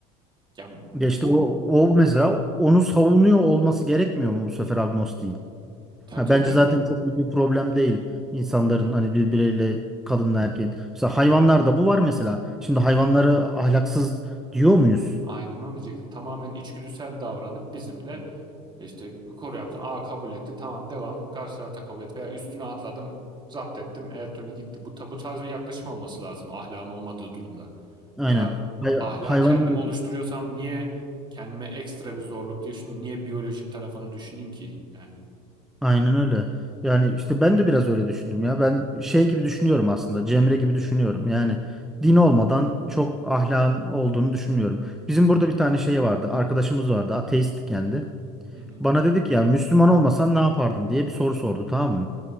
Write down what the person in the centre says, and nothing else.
Geçti
o, o mesela onu savunuyor olması gerekmiyor mu bu sefer agnostiğin?
Ha,
bence zaten çok büyük bir problem değil insanların hani birbiriyle kadınla erkeğin. Mesela hayvanlarda bu var mesela. Şimdi hayvanları ahlaksız diyor muyuz?
Aynen.
Hay
hayvanlar
aynen öyle. Yani işte ben de biraz öyle düşündüm ya. Ben şey gibi düşünüyorum aslında. Cemre gibi düşünüyorum. Yani din olmadan çok ahlakın olduğunu düşünmüyorum. Bizim burada bir tane şey vardı. Arkadaşımız vardı. ateist kendi.
Bana dedi ki ya Müslüman olmasan ne yapardın diye bir soru sordu tamam mı?